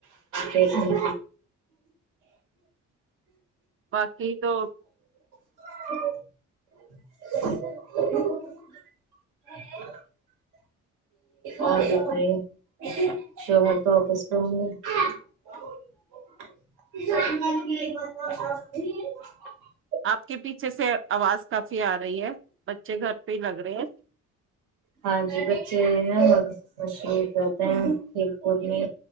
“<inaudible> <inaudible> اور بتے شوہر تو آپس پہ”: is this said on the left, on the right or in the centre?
Right